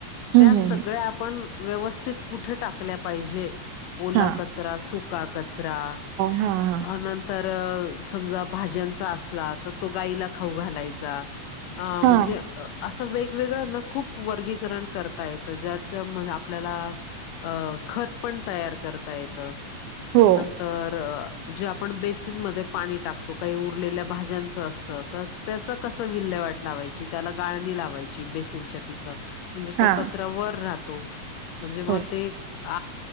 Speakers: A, on the right; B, on the left.
A: हम्म,
B: त्या सगळ्या
A: हम्म, हम्म.
B: आपण व्यवस्थित कुठे टाकल्या पाहिजे. ओला
A: हा
B: कचरा, सुका कचरा,
A: हा हा
B: नंतर. समजा भाज्यांचा असला तर तो गायीला खाऊ घालायचा, अ
A: हा
B: म्हणजे असं वेगवेगळ्याना खूप वर्गीकरण करता येतं ज्याच्या म्हण आपल्याला अ खत पण तयार करता येत,
A: हो
B: नंतर जे आपण बेस बेसीनमध्ये पाणी टाकतो. काही उरलेल्या भाज्यांच असतं तर त्याच कस विल्हेवाट लावायची. त्याला गाळणी लावायची बेसीनच्या तिथं. म्हणजे
A: हा
B: तो कचरा वर राहतो, म्हणजे म
A: होय
B: ते अ